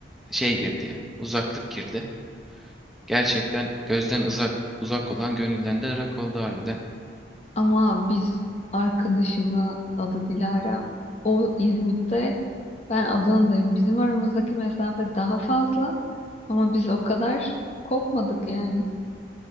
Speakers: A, in the centre; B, on the left.
A: şey girdi yani. Uzaklık girdi. Gerçekten gözden uzak uzak olan gönülden de ırak oldu harbiden.
B: Ama biz arkadaşımla adı Dilara, o İzmit'te, ben Adana'dayım. Bizim aramızdaki mesafe daha fazla ama biz o kadar kopmadık yani.